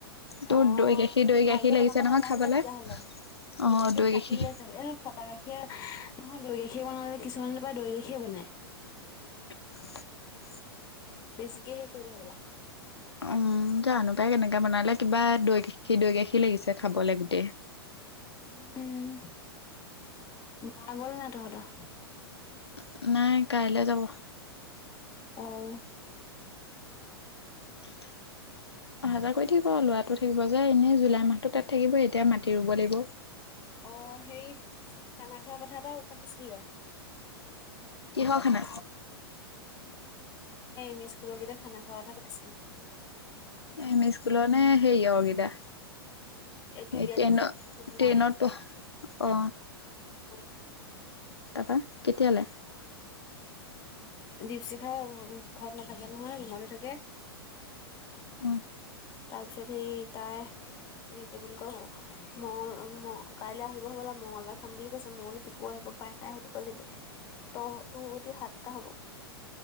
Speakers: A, on the left (about 80°); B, on the left (about 30°).
A: তোৰ
B: অ
A: দৈ গাখীৰ দৈ গাখীৰ
B: ভালকে
A: লাগিছে
B: বনাব
A: নহয়
B: নাজানিলে
A: খাবলে।
B: তেতিয়াহ'লে
A: অ
B: বেছিকে
A: দৈ
B: ফাটিলে
A: গাখীৰ
B: চাগ এ ফটা গাখিৰ নহ দৈ গাখীৰ বনালে কিছুমানলৈ পৰা দৈাখীয়ে বনায়।
A: <inaudible>
B: বেছিকে সেই কৰিলে বলা-
A: উম, জানো পাই কেনেকে বনালে কিবা দৈ গাখীৰ - দৈ গাখীৰ লাগিছে খাবলৈ গোটেই। <unintelligible>
B: উম, মা গল ন তহঁতৰ?
A: ও, নাই কাইলে যাব।
B: অ ',
A: <unintelligible> ল'ৰাটো থাকিব যে এনেই জুলাই মাহটো তাত থাকিবই এতিয়া মাটি ৰুব লাগিব
B: অ সেই। খানা খোৱাৰ কথা এটা পাতিছিলে।
A: কিহৰ খান।
B: মি স্কুলৰ কেইটটা খানা খুওৱা কথা পাতিছিলে।
A: এম ই স্কুল নে সেই অ কেইটা।
B: এইটো
A: এই
B: বিয়াত
A: ট্ৰেইনত
B: খ
A: ট্ৰেইনত
B: ম
A: পঢ় অ
B: <unintelligible>
A: তাৰপা কেতিয়ালে?
B: দীপশিখা ঘৰত নাথাকে নহয় মৰে থাকে।
A: অ',
B: তাৰ পিছত সেই তাই। এই কি বুলি কয় হ মঙল কাইলৈ আহিব হ'ব মঙলবাৰ খাম বুলি কৈছে মলো পিকু আহিব। উপায় নাই সুধিব লাগিব ত তোৰ সদি সাতটা হ'ব।